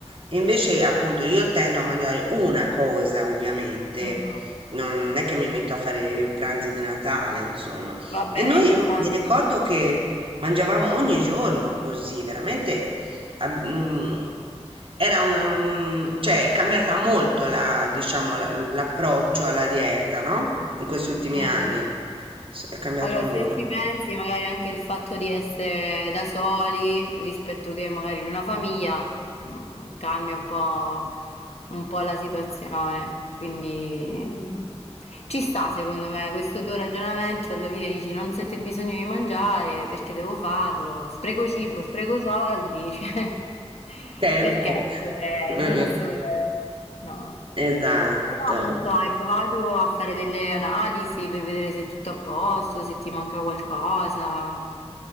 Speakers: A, on the right; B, on the left.
A: E invece, appunto, io tendo a mangiare una cosa, ovviamente,
B: Mhm.
A: non è che mi metto a fare pranzi di Natale, insomma.
B: Vabbè,
A: E noi,
B: infatti.
A: io mi ricordo che mangiavamo ogni giorno così, veramente, ah, mm, era una, un- cioè, è cambiata molto la, diciamo, la- l'approccio alla dieta, no? In questi ultimi
B: Mhm.
A: anni. S- È cambiato
B: Allora,
A: molto.
B: se ci pensi, magari anche il fatto di essere da soli rispetto che magari in una famiglia Mhmm, cambia un po' un po' la situazione, quindi mm, ci sta secondo me questo tuo ragionamento, alla fine dici non sento il bisogno di mangiare perché devo farlo, spreco cibo, spreco soldi, <laughs> cioè
A: Tempo.
B: perché
A: <laughs>
B: dovrei?
A: Eh,
B: Assolutamente no.
A: Esatto.
B: Però non so, hai provato a fare delle analisi per vedere se è tutto a posto, se ti manca qualcosa?